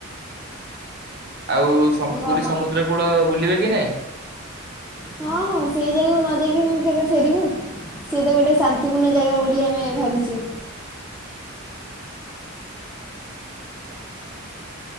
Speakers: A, on the right (about 50°); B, in the centre.
A: ଆଉ ସ
B: ତାଙ୍କୁ
A: ପୁରୀ
B: ଆପଣ
A: ସମୁଦ୍ର କୂଳ ବୁଲିବେ କି ନାଇଁ?
B: ହଁ ହଁ ସେଇ ଯାଗାକୁ ନ ଯାଇକି ମୁଁ କେବେ ଫେରିବି। ସେ ତ ଗୋଟେ ଶାନ୍ତିପୂର୍ଣ୍ଣ ଯାଗା ବୋଲି ଆମେ ଭାବିଛୁ।
A: ହଉ